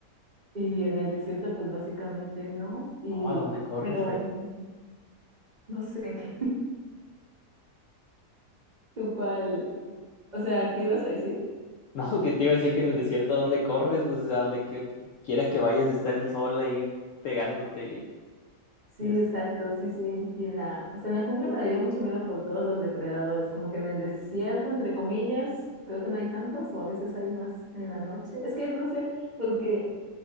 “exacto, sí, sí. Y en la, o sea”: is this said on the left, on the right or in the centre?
Right